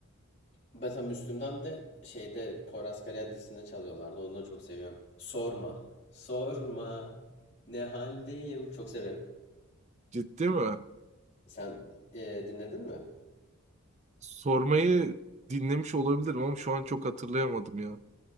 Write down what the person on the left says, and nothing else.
mesela Müslüm'den de şeyde Poyraz Karayel dizisinde çalıyorlardı. Onu da çok seviyorum. Sorma. Sorma. Ne haldeyim? Çok severim.
Sen e, dinledin mi?